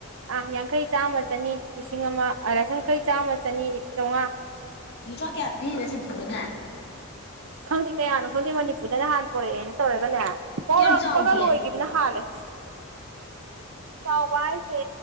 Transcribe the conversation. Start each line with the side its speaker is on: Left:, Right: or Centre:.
Right: ꯥ ꯌꯥꯡꯈꯩ ꯆꯥꯝꯃ ꯆꯅꯤ ꯂꯤꯁꯤꯡ ꯑꯃ ꯂꯥꯏ ꯌꯥꯡꯈꯩ ꯆꯥꯝꯃ ꯆꯅꯤ ꯆꯉ
Left: ꯂꯨꯄꯥ ꯀꯌꯥ ꯄꯤꯕꯁꯐꯨꯗꯅ
Right: ꯈꯪꯗꯦ ꯀꯌꯥꯅꯣ ꯈꯪꯗꯦ ꯃꯅꯤꯄꯨꯔꯗꯅ ꯅꯍꯥꯟ ꯄꯣꯔꯛꯑꯦꯅ ꯇꯧꯔꯒꯅꯦ ꯄꯂꯛꯄꯒ
Left: ꯀꯌꯥꯝ ꯆꯥꯎꯒꯦ
Right: ꯂꯣꯏꯈꯤꯕꯅ ꯍꯥꯜꯂꯦ ꯆꯥꯎꯕ ꯍꯥꯏꯁꯦ